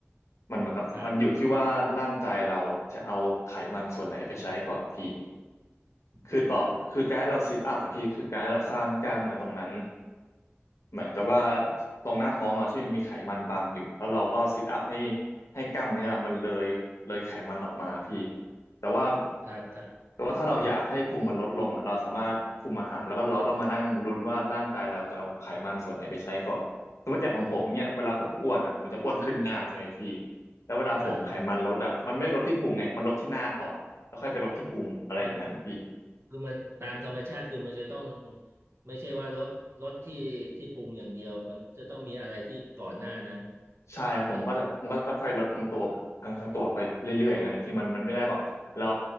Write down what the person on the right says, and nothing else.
ครับ
โอ้
ครับครับ
ครับครับโอ้คือมันตามธรรมชาติคือมันจะต้องไม่ใช่ว่ารถลดที่ที่พุงอย่างเดียวมันจะต้องมีอะไรที่ก่อนหน้านั้น
อย่าง